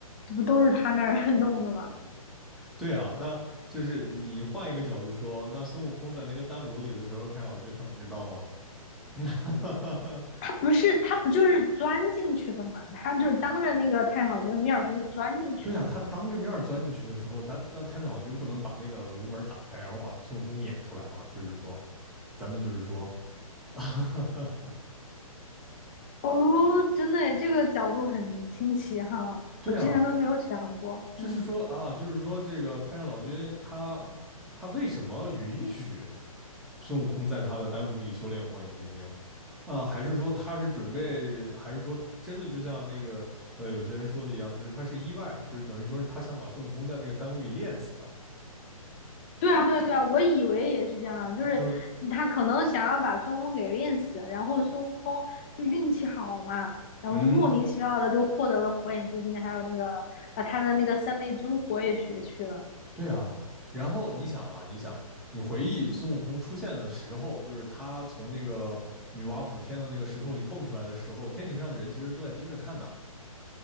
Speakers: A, on the left (about 15°); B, in the centre.
A: 这不都是他那儿 <laughs> 弄的吗？
B: 对啊，那就是你换一个角度说，那孙悟空在那个丹炉里的时候，太上老君他不知道吗？那 <laughs>
A: 他不是，他不就是钻进去的嘛？他就是当着那个太上老君的面儿，不是钻进去的嘛？
B: 对啊，他当着面钻进去的时候，他但太上老君不能把那个炉门打开，然后把孙悟空撵出来吗？就是说，咱们就是说，<laughs>
A: 哦，真的耶这个角度很新奇哈，
B: 对啊，
A: 我之前都没有想过。
B: 就是说啊，
A: 嗯，
B: 就是说这个太上老君他他为什么允许孙悟空在他的丹炉里修炼火眼金睛，啊，还是说他是准备，还是说真的就像那个呃有些人说的一样，就是他是意外，就是等于说是他想把孙悟空在那个丹炉里炼死啊，
A: 对啊，对啊，对啊，我以为也是这样啊，就是他可能想要把孙悟空给练死，
B: 就是
A: 然后孙悟空就运气好嘛，然后就莫名其妙的就获得了火眼金睛，
B: 嗯，
A: 还有那个把他的那个三昧真火也学去了。
B: 对啊，然后你想啊，你想你回忆孙悟空出现的时候，就是他从那个女娲补天的那个石头里蹦出来的时候，天庭上的人其实都在盯着看的，